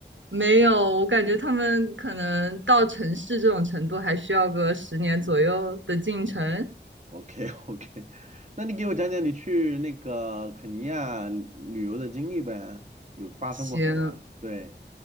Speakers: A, on the right; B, on the right.
A: 没有，我感觉他们可能到城市这种程度，还需要个十年左右的进程。
B: OK <laughs> OK，那你给我讲讲你去那个肯尼亚旅游的经历呗，有发生过什么？
A: 行，
B: 对，